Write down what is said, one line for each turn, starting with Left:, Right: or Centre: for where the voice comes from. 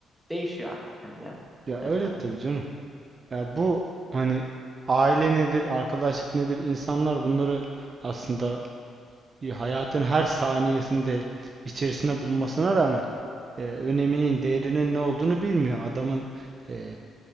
Centre: değişiyor hakikaten ya
Right: Ya
Centre: Erkan'ım.
Right: öyle tabii canım. Ya bu hani aile nedir, arkadaşlık nedir? İnsanlar bunları aslında Ya hayatın her saniyesinde içerisinde bulunmasına rağmen e, öneminin, değerinin ne olduğunu bilmiyor. Adamın e,